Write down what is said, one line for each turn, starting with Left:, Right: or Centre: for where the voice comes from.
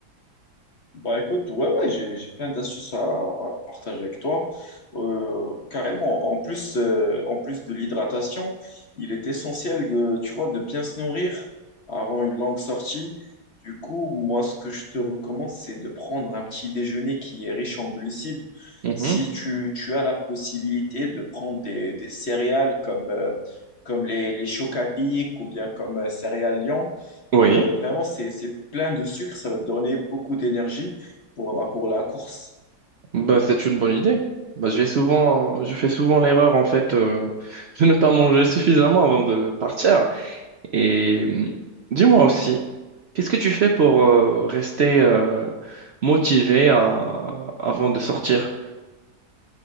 Left: Bah écoute, ouais, ouais, j'ai, j'ai plein d'astuces à, à partager avec toi. Euh, carrément, en plus, euh, en plus de l'hydratation, il est essentiel de, tu vois, de bien se nourrir avant une longue sortie. Du coup, moi, ce que je te recommande, c'est de prendre un petit déjeuner qui est riche en glucides.
Right: Mhm.
Left: Si tu, tu as la possibilité de prendre des, des céréales comme, euh, comme les, les Chocapic ou bien comme euh, Céréales Lion,
Right: Oui.
Left: euh, vraiment, c'est, c'est plein de sucre, ça va te donner beaucoup d'énergie pour, bah, pour la course.
Right: Bah, c'est une bonne idée. Bah, je vais souvent, je fais souvent l'erreur en fait euh, <laughs> de ne pas manger suffisamment avant de partir. Et hum, dis-moi aussi, qu'est-ce que tu fais pour euh, rester euh, motivé à- avant de sortir?